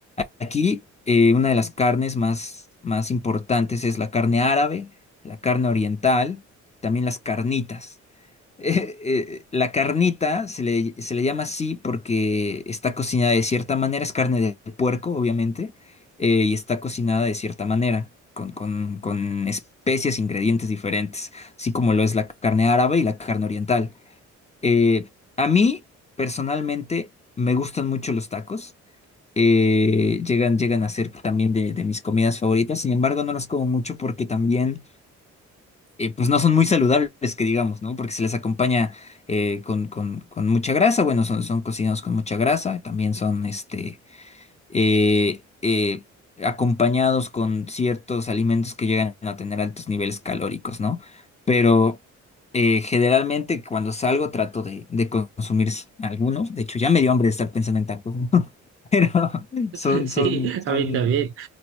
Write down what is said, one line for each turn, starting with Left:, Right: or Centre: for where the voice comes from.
Left: Aquí eh, una de las carnes más, más importantes es la carne árabe, la carne oriental, también las carnitas. Eh, eh, la carnita se le, se le llama así porque está cocinada de cierta manera, es carne de puerco, obviamente, eh, y está cocinada de cierta manera, con, con, con especias, ingredientes diferentes, así como lo es la carne árabe y la carne oriental. Eh, a mí, personalmente, me gustan mucho los tacos. eh, llegan, llegan a ser también de, de mis comidas favoritas, sin embargo, no las como mucho porque también eh, pues no son muy saludables, que digamos, ¿no? Porque se les acompaña eh, con, con- con mucha grasa, bueno, son, son cocinados con mucha grasa, también son este, eh, eh, acompañados con ciertos alimentos que llegan a tener altos niveles calóricos, ¿no? Pero eh, generalmente cuando salgo trato de, de consumir algunos, de hecho ya me dio hambre de estar pensando en tacos, <laughs> ¿no? Pero
Right: <laughs>
Left: son,
Right: Sí,
Left: son,
Right: a
Left: son,
Right: mí también.